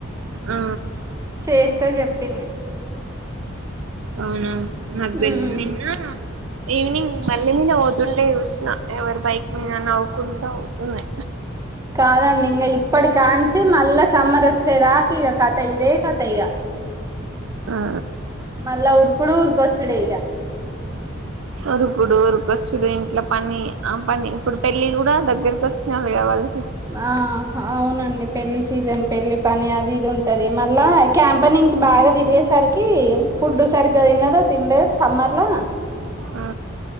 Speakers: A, on the right; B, on the right.
A: ఆ
B: చేస్తే చెప్పింది
A: అవునా నాకు తెలీదు
B: ఉమ్
A: నిన్న ఈవినింగ్ బండి మీద పోవుతుంటే చూసిన ఎవరి బైక్ మీద అని నవ్వుకుంటూ పోతుంది
B: కాదండి ఇంకా ఇప్పటి కాంచి మళ్ళా సమ్మర్ వచ్చేదాక ఇక కథ ఇదే కథ ఇక
A: ఆ
B: మళ్లీ ఉరుకుడు ఉరుకొచ్చుడే ఈగ
A: ఉరుకుడు ఉరుకొచ్చుడు ఇంట్లో పని ఆ పని ఇప్పుడు పెళ్ళి కూడా దగ్గరకి వచ్చిన వాళ్ళ కా వాళ్ళు
B: ఆ అవునండి పెళ్లి సీజన్ పెళ్లి పని అది ఇది ఉంటది మళ్ళా క్యాంపనింగ్ బాగా తిరిగేసరికి ఫుడ్ సరిగ్గా తన్నదో తిండేద సమ్మర్ ల
A: ఆ